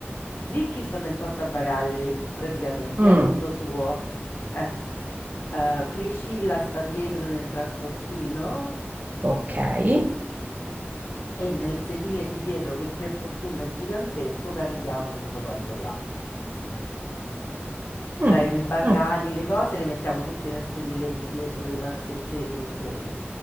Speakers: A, on the left; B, on the right.
A: Ziggy sta nel portabagagli, praticamente,
B: Mh,
A: è tutto suo. Eh. Eh, Priscilla sta dietro nel trasportino
B: okay.
A: e nel sedile di dietro, che per fortuna è gigantesco, carichiamo tutto quanto là.
B: Mh,
A: Cioè i bagagli,
B: mh.
A: le cose le mettiamo tutte nel sedile di dietro dei passeggeri perché eh,